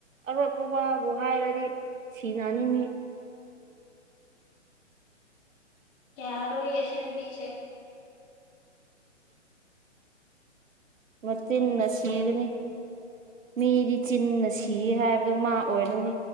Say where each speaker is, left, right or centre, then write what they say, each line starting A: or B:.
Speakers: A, on the right; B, on the left.
A: ꯑꯔꯣꯠꯄ ꯋꯥꯕꯨ ꯍꯥꯏꯔꯗꯤ ꯁꯤꯅꯅꯤꯃꯤ
B: ꯀꯔꯣ ꯑꯦꯁꯤ ꯅ ꯄꯤꯁꯦ
A: ꯃꯦ ꯏ ꯅꯁꯤꯒꯅꯦ ꯃꯤꯗꯤ ꯆꯤꯟꯅ ꯁꯤ ꯍꯥꯏꯕꯗꯣ ꯃꯥ ꯑꯣꯏꯔꯅꯤ